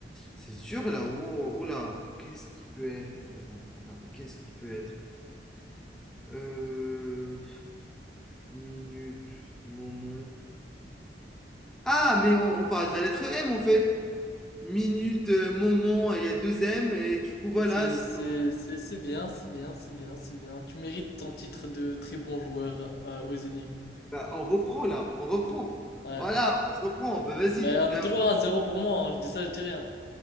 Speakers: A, in the centre; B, on the left (about 60°).
A: C'est dur là, oh, oh là, qu'est-ce qui peut être? Attends, attends, attends, qu'est-ce qui peut être? Euh, minute, moment. Ah, mais on, on parle de la lettre M en fait. minute, euh, moment, et il y a deux M, et du coup, voilà.
B: C'est
A: c'est-
B: c'est- c'est- c'est bien, c'est bien, c'est bien, c'est bien. Tu mérites ton titre de très bon joueur euh, aux énigmes.
A: Bah, on reprend là, on reprend.
B: Ouais.
A: Voilà, on se reprend. Bah, vas-y,
B: Mais on
A: viens.
B: est toujours à 1-0 pour moi, hein. Je dis ça, je dis rien.